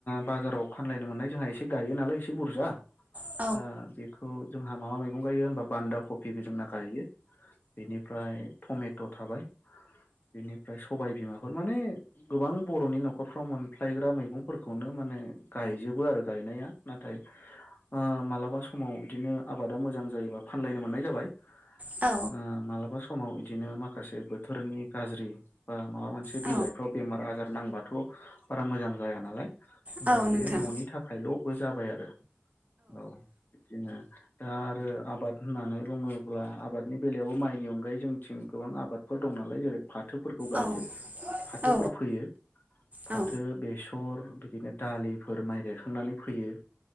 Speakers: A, on the left; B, on the right.
A: बाजाव फानलायनो मोननाय एसे एसे गायो नालाय एसे बुरजा
B: औ
A: दा बेखौ जोंहा माबा मैगं गायो होमबा बान्दा कफिबो जोंना गायो बेनिफ्राय टमेट' थाबाय बेनिफ्राय सबायबिमाफोर माने गोबां बर'नि न'खरफ्राव मोनफ्लायग्रा मैगंफोरखौनो माने गायजोबो आरो गायनाया नाथाय ओ मालाबा समाव बिदिनो आबादा मोजां जायोबा फानलायनो मोननाय जाबाय ओ
B: औ
A: मालाबा स माव बिदिनो माखासे बोथोरनि गाज्रि बा माबा मोनसे
B: औ
A: बिलाइफ्राव बेमार आजार नांबाथ' बारा मोजां जाया नालाय होमबा
B: औ
A: बेयो
B: नोंथां
A: न'नि थाखायल'बो जाबाय आरो औ बिदिनो दा आरो आबाद होननानै बुङोब्ला आबादनि बेलायावबो माइनि अनगायै जोंथिं गोबां आबाद फोर दं नालाय जेरै बाथ फाथोफोरखौ गायो
B: औ
A: फाथोफोर
B: औ
A: फोयो फाथो
B: नंगौ औ
A: बेसर बिदिनो दालिफोर माइ गायखांनानै फोयो